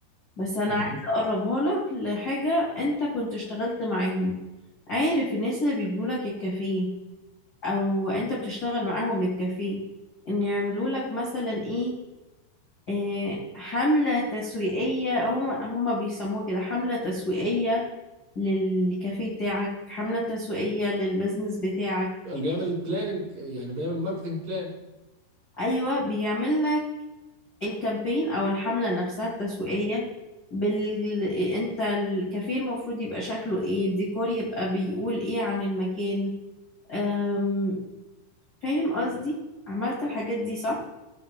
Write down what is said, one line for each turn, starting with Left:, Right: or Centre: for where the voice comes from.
Left: بس انا
Right: مهم.
Left: عايزه اقربها لك لحاجه انت كنت اشتغلت معاهم عارف الناس اللي بيجوا لك الكافيه او انت بتشتغل معاهم للكافيه ان يعملوا لك مثلا ايه آه، حملة تسويقية هم هم بيسموها كده حملة تسويقية للكافيه بتاعك حملة تسويقية للبيزنس بتاعك
Right: اللي بيعمل بلاننج يعني بيعمل ماركتنج بلان
Left: ايوه بيعمل لك الكامبين او الحملة نفسها التسويقية بال... انت الكافيه المفروض يبقى شكله ايه الديكور يبقى بيقول ايه عن المكان أم... فاهم قصدي عملت الحاجات دي صح